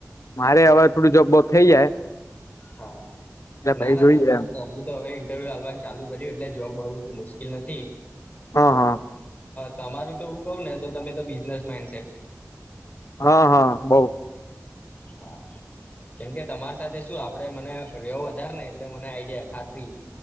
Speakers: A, on the left; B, on the left.
A: મારે હવે થોડું જોબ બોબ થઇ જાય
B: હા
A: એટલે
B: ના
A: ભાઈ
B: ના
A: જોઈએ
B: તમે
A: એમ
B: અમમે તો હવે ઇન્ટરવ્યુ હાલવાનું ચાલુ કરી એટલે જોબ મળવું મુશ્કેલ નથી.
A: હા હા
B: તમારું તો એું કહ ને તમે તો બિઝનેસ મેન
A: હા હા બૌ.
B: હા કેમ કે તમારી સાથે શું આપડે મને રવ વધારે ને એટલે મને આઈડિયા ખાતરી